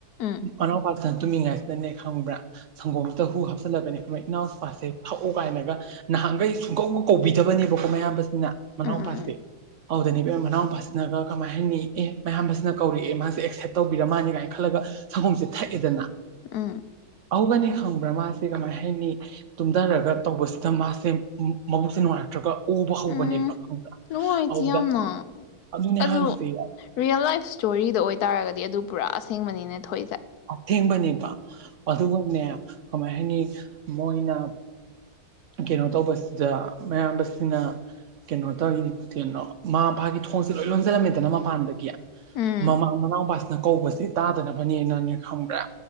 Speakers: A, on the left; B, on the right.
A: ꯎꯝ
B: ꯃꯅꯥꯎꯄꯥꯁꯟ ꯇꯨꯝꯃꯤꯉꯥꯏꯁꯤꯗꯅꯦ ꯈꯪꯕ꯭ꯔꯥ ꯁꯪꯒꯣꯝꯁꯤꯗ ꯍꯨ ꯆꯜꯂꯒꯅꯦ ꯏꯅꯥꯎꯄꯥꯁꯦ ꯊꯛꯑꯣ ꯀꯥꯏꯅꯒ ꯅꯍꯥꯟꯒꯩ ꯁꯨꯡꯀꯧꯒ ꯀꯧꯕꯤꯗꯕꯅꯦꯕꯀꯣ ꯃꯌꯥꯝꯕꯁꯤꯅ ꯃꯅꯥꯎꯄꯥꯁꯦ
A: ꯎꯝ ꯎꯝ ꯎꯝ
B: ꯑꯧꯗꯅꯦ ꯏꯕꯦꯝ ꯃꯅꯥꯎꯄꯥꯁꯤꯅꯒ ꯀꯃꯥꯏ ꯍꯥꯏꯅꯤ ꯑꯦ ꯃꯌꯥꯝꯕꯁꯤꯅ ꯀꯧꯔꯛꯑꯦ ꯃꯥꯁꯦ ꯑꯦꯛꯁꯦꯞ ꯇꯧꯕꯤꯔꯃꯥꯟꯅꯦ ꯀꯥꯏꯅ ꯈꯜꯂ ꯁꯪꯒꯣꯝꯁꯦ ꯊꯛꯑꯦꯗꯅ
A: <unintelligible>
B: ꯑꯧꯒꯅꯦ ꯈꯪꯕ꯭ꯔ ꯃꯥ ꯁꯤ ꯀꯃꯥꯏ ꯍꯥꯏꯅꯤ ꯇꯨꯝꯙꯔꯒ ꯇꯧꯕꯁꯤꯗ ꯃꯥꯁꯦ ꯃꯕꯨꯛꯁꯦ ꯅꯨꯡꯉꯥꯏꯔꯛꯇ꯭ꯔꯒ ꯑꯣꯕ ꯍꯧꯕꯅꯦꯕ
A: ꯎꯝ
B: ꯈꯪꯕ꯭ꯔꯥ
A: ꯅꯨꯡꯉꯥꯏꯇꯦ
B: ꯑꯗꯨꯗ
A: ꯌꯥꯝꯅ
B: ꯑꯗꯨꯅꯦ
A: ꯑꯗꯨ
B: ꯍꯥꯏꯁꯦ
A: ꯔꯤꯌꯦꯜ ꯂꯥꯏꯐ ꯁ꯭ꯇꯣꯔꯤꯗ ꯑꯣꯏꯇꯥꯔꯒꯗꯤ ꯑꯗꯨ ꯄꯨꯔꯥ ꯑꯁꯦꯡꯕꯅꯤꯅꯦ ꯊꯣꯛꯏꯁꯦ
B: ꯑꯊꯦꯡꯕꯅꯦꯕ ꯑꯗꯨꯒꯅꯦ ꯀꯃꯥꯏ ꯍꯥꯏꯅꯤ ꯃꯣꯏꯅ ꯀꯩꯅꯣ ꯇꯧꯕꯁꯤꯗ ꯃꯌꯥꯝꯕꯁꯤꯅ ꯀꯦꯅꯣ ꯇꯧꯔꯤꯅꯤ ꯀꯦꯅꯣ ꯃꯥꯄꯥꯒꯤ ꯊꯣꯡꯁꯦ ꯂꯣꯏ ꯂꯣꯟꯁꯤꯜꯂꯝꯃꯦꯗꯅ ꯃꯄꯥꯟꯗꯒꯤ
A: ꯎꯝ
B: ꯃꯃꯥ ꯃꯅꯥꯎꯄꯥꯁꯤꯅ ꯀꯧꯕꯖꯦ ꯇꯥꯗꯅꯕꯅꯦꯅꯅꯦ ꯈꯪꯕ꯭ꯔ